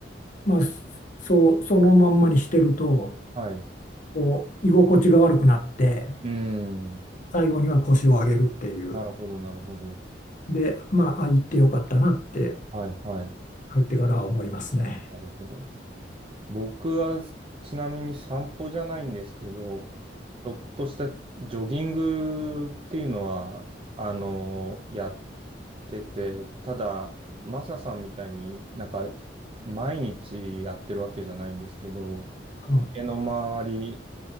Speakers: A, on the left; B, on the right.
A: まあ、そう、そのまんまにしてると、
B: はい。う
A: こう、居心地が悪くなって、
B: ーん。
A: 最後には腰を上げるっていう。
B: なるほどなるほど。
A: で、まあ、あ、行ってよかったなって、
B: はいはい。
A: 帰ってからは思いますね。
B: なるほど。僕はちなみに散歩じゃないんですけど、ちょっとしたジョギングっていうのは、あのやってて、ただ、マサさんみたいになんか毎日やってるわけじゃないんですけど、
A: うん、
B: 家の周り